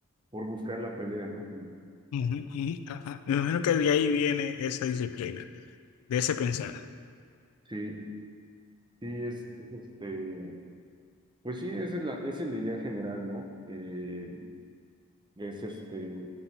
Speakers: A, on the right; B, on the left.
A: por buscar la pelea, ¿no? Como,
B: Ujú, ujú, ajá. Me imagino que de ahí viene esa disciplina, de ese pensar.
A: sí, sí, es, es este, pues sí, esa es la, esa es la idea general, ¿no? Eh, es este,